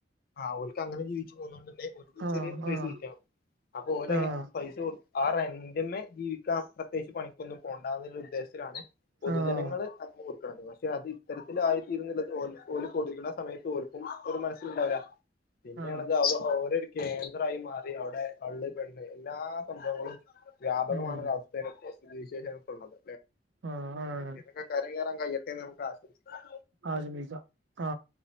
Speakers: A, on the left; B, on the right.
A: ആഹ് ഓല്ക്ക് അങ്ങനെ ജീവിച്ചു പോണംന്നുണ്ടേ ഓല്ക്
B: ആഹ്
A: ചെറിയ പ്ലേസ്
B: ആഹ്
A: കിട്ടിയാ മതി അപ്പൊ ഓല
B: ആഹ്
A: കൈയി പൈസ കൊട്- ആഹ് റെന്റിന്മേ ജീവിക്കാൻ പ്രതേകിച്ച് പണിക്കൊന്നും പോണ്ടാന്ന് ഉദ്ദേശത്തിലാണ് പൊതുജനങ്ങള്
B: ആഹ്
A: അങ്ങ് കൊടക്കണത് പക്ഷെ അത് ഇത്തരത്തിലായി തീരുന്നള്ളത് ഓലെ- ഓല് കൊടുക്ക്ണ സമയത്ത് ഓൽക്കും ഒന്നും മനസ്സിലുണ്ടാവൂല പിന്നെയാണത്
B: ആഹ്
A: <unintelligible> കേന്ദ്രായി മാറി അവിടെ കള്ള് പെണ്ണ് എല്ലാ സംഭവങ്ങളും- വ്യാപകമാവുന്നൊരവസ്ഥ
B: ഉം
A: ഇപ്പൊ സ്ഥിതിവിശേങ്ങക്കുള്ളത്
B: ആഹ് ആണ്
A: ഇതിന്നൊക്കെ കര കയറാൻ കഴിയട്ടെന്ന് നമുക്ക് ആശംസിക്കാം
B: ആശംസിക്ക ആ